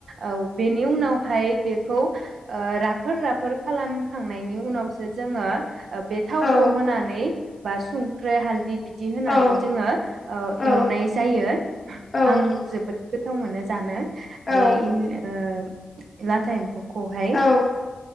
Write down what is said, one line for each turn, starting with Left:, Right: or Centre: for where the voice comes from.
Right: ओ औ बेनि उनाव ओमफाय बेखौ ओ राफोर राफोर खालामखांनायनि उनावसो जोङो ओ बे थावखौ
Left: औ
Right: होनानै बा संख्रै हालदि बिद दि होनानै
Left: औ
Right: जोङो ओ
Left: औ
Right: एवनाय जायो
Left: औ
Right: आं जोबोद गोद गोथाव मोनो जानो।
Left: औ
Right: बे इन ओ लाद थाएम्फौखौहाय
Left: औ